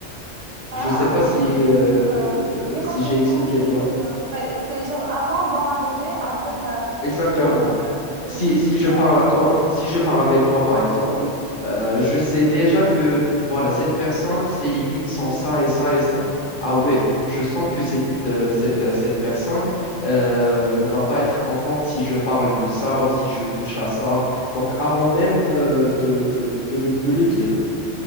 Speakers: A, on the right; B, on the left.
A: Ah,
B: Je ne sais pas si,
A: hmm, je-
B: euh,
A: euh, j'ai
B: si
A: compris,
B: j'ai
A: j'ai
B: expliqué
A: compris ce que
B: bien.
A: tu... Ouais, c'est genre avant d'en arriver à dire euh,
B: Exactement.
A: stop euh, et tout.
B: Si, si je
A: Ouais.
B: parle à toi, si je parle avec toi, par exemple, euh, je sais déjà que, voilà, cette personne, ses limites sont ça et ça et ça. Ah ouais, je sens que cette, euh, cette, euh, cette personne euh, ne va pas être contente si je parle de ça ou si je touche à ça. Donc, avant même euh, de, de, de ne me le dire.